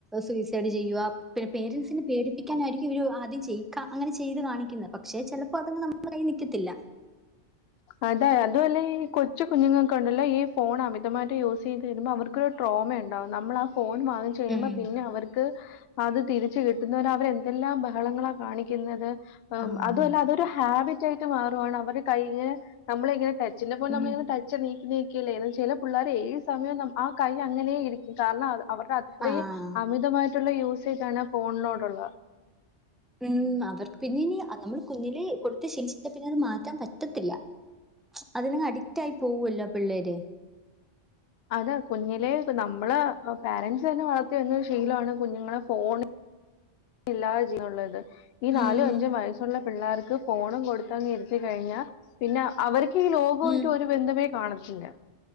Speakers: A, in the centre; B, on the left (about 70°).
A: സൂയിസൈഡ് ചെയ്യുക പിന്നെ പേരൻറ്സിനെ പേടിപ്പിക്കാനായിരിക്കും ഇവര് ആദ്യം ചെയ്യും അങ്ങനെ ചെയ്ത് കാണിക്കുന്നത് പക്ഷെ ചിലപ്പോ അതങ്ങ് നമ്മളെ കയി നിക്കത്തില്ല
B: അതായ അത അല്ലെ ഈ കൊച്ചു കുഞ്ഞുങ്ങൾക്ക കൊണ്ടല്ലോ ഈ ഫോൺ അമിതമായിട്ട് യൂസ് ചെയ്ത് തരുമ്പോൾ അവർക്ക് ട്രോമ ഉണ്ടാവും നമ്മൾ ആ ഫോൺ വാങ്ങി ചെയ്യുമ്പോ
A: ഉം.
B: പിന്നെ അവർക്ക് അത് തിരിച്ച കിട്ടുന്നവര് അവരെ എന്തെല്ലാം ബഹളങ്ങളാ കാണിക്കുന്നത്
A: ആഹാ.
B: അതുമല്ല അതൊരു ഹാബിറ്റ ആയിട്ട് മാറുവാണ് അവര് കൈഞ് നമ്മളെ ഇങ്ങനെ തെ ചിലപ്പോൊ
A: ഉം.
B: നമ്മങ്ങെ തച്ച നീക്ക് നീ ല്ലേ എന്ന ചില പിള്ളേരെ ഈ സമയം ആ കൈ അങ്ങനെ ഇരിക്കും കാരണം അത് അവരുടെ അത്രയും
A: ആഹ്.
B: അമിതമായിട്ടുള്ള യൂസേജ ആണ് ഫോണിനോടുള്ളത്
A: ഉം അവർക്ക് പിന്നീ നമ്മൾ കുഞ്ഞില് കൊടുത്ത ശീലശിച്ചൽ പിന്നെ അത് മാറ്റാൻ പറ്റത്തില്ല അതിന അഡിക്റ്റ് ആയി പോവല്ലോ പിള്ളേര്
B: അതെ കുഞ്ഞിലെ നമ്മള് പാരൻറ്സ് തന്നെ വളർത്തിന്ന് ശീലമാണ് കുഞ്ഞുങ്ങളെ ഫോൺ ഇല്ലാതെ ജ്യൻ ഉള്ളത് ഈ നാലും
A: ഉം.
B: അഞ്ചും വയസ് പിള്ളേർക്ക് പോണം കൊടുത്തങ്ങി ഇരുത്തി കഴിഞ്ഞാൽ പിന്നെ അവർക്ക് ഈ ലോകയിട്ട്
A: ഉം.
B: ഒരു ബന്ധമേ കാണത്തില്ല